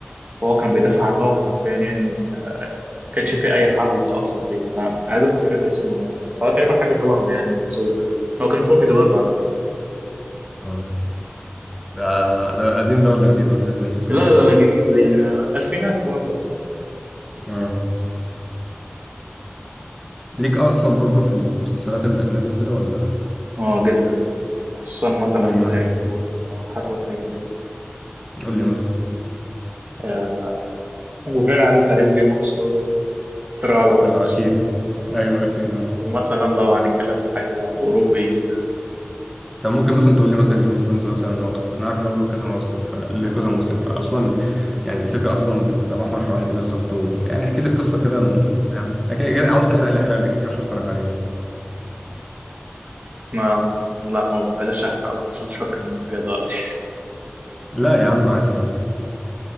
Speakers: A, on the right; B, in the centre.
A: وهو كان بيدافع عنهم حرفيا يعني ما كانش في اي حرب بتاثر فيه فعايز افتكر اسمه يعني فهو تقريبا حاجه شبهه يعني في الوصول ده هو كان كوميدي برضه على فكره
B: اه ده ده قديم ده ولا جديد ولا ايه دنيته
A: لا
B: ده
A: لا لا جديد يعني الفينات برضه
B: اه ليك اصلا برضو في المسلسلات الاجنبي وكده ولا
A: اه جدا خصوصا مثلا
B: زي
A: التاريخ
B: مثلا
A: وال- أو الحرب والحاجات دي
B: قول لي مثلا
A: آه، وغني عن التعريف جيم اوف ثرونز صراع العروش
B: اه اكيد ايوه اكيد اه
A: ومثلا لو هنتكلم في حاجة أوروبي آه،
B: طب ممكن مثلا تقول لي مثلا جيم اوف ثرونز مثلا هو انا عارف ان هو له كذا موسم فله كذا موسم فاصلا يعني الفكره اصلا بتتمحور حوالين ايه بالظبط ويعني احكي لي القصه كده م- فاهم أنا كده- كده عاوز تحرق لي احرق لي كده كده مش هتفرج عليه
A: ما لا ما بلاش أحرقلك عشان مش فاكر من حاجة دلوقتي
B: لا يا عم عادي يا عم